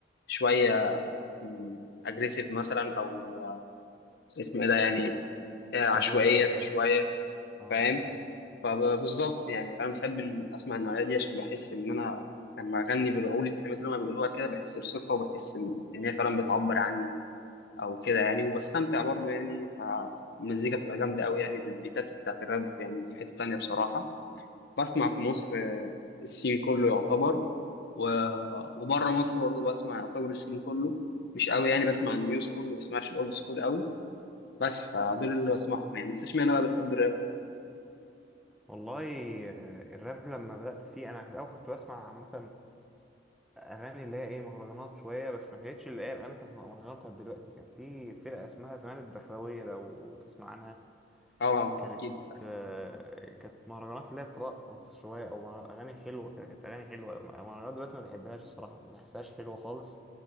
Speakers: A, on the left; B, in the centre.
A: شويه اجريسيف مثلا او آه، اسمه ايه ده يعني آه، عشوائيه
B: عدوانيه شويه
A: شويه
B: اه
A: فاهم فبالظبط يعني فانا بحب إن اسمع النوعيه دي عشان بحس ان انا لما اغني بالاول الكلمات اللي هم بيقولوها كده بحس بثقه وبحس ان إن هي فعلا بتعبر عني او كده يعني وبستمتع برضو يعني فالمزيكا بتبقى جامده قوي يعني البيتات بتاعت الراب يعني في حته تانيه بصراحه بسمع في مصر آه، السين كله يعتبر و... وبره مصر برضو بسمع يعتبر السين كله مش قوي يعني بسمع النيو سكول ما بسمعش الاولد سكول قوي بس فدول اللي بسمعهم يعني انت اشمعنى بقى بتحب الراب؟
B: والله آه، الراب لما بدأت فيه أنا في الأول كنت بسمع عامة اغاني اللي هي ايه مهرجانات شويه بس ما كانتش اللي هي الاغاني بتاعت المهرجانات بتاعت دلوقتي كان في فرقه اسمها زمان الدخلاويه لو تسمع عنها
A: اه آه،
B: كانت
A: اكيد عارف.
B: آه، كانت مهرجانات اللي هي ترقص شويه او مهر- اغاني حلوه كده كانت اغاني حلوه مهرجانات دلوقتي ما بحبهاش الصراحه ما بحسهاش حلوه خالص